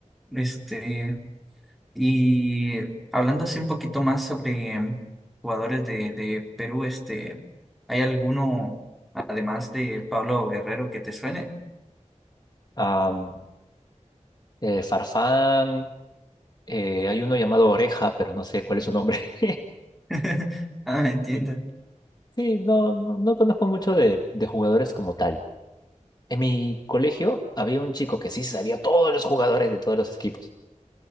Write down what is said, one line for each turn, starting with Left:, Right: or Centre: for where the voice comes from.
Centre: Este, y hablando así un poquito más sobre mm, jugadores de, de Perú, este, ¿hay alguno, además de Pablo Guerrero, que te suene?
Left: am, eh, Farfán, eh, hay uno llamado Oreja, pero no sé cuál es su nombre.
Centre: <laughs> Ah, entiendo.
Left: <laughs> Sí, no, no, no conozco mucho de, de jugadores como tal. En mi colegio había un chico que sí se sabía todos los jugadores de todos los equipos.